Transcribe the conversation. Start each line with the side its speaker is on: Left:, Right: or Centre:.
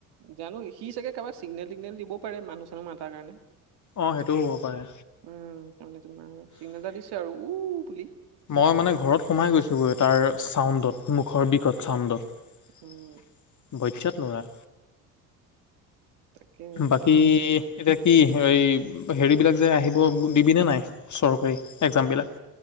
Right: জানো সি চাগৈ কাৰোবাক চিগনেল টিগনেল দিব পাৰে মানুহ চানুহ মতাৰ কাৰণে।
Left: অঁ', সেইটোও হ'ব পাৰে।
Right: উম, তাৰমানে তোমাৰ চিগনেল এটা দিছে আৰু উ, বুলি।
Left: মই মানে ঘৰত সোমাই গৈছোঁগৈ তাৰ চাউণ্ডত। মুখৰ বিকট চাউণ্ডত,
Right: উম
Left: বইজাত ল'ৰা।
Right: তাকে
Left: বাকী
Right: এই মানে
Left: এতিয়া কি এই হেৰিবিলাক যে, আহিব দিবিনে নাই, চৰকাৰী এক্জামবিলাক?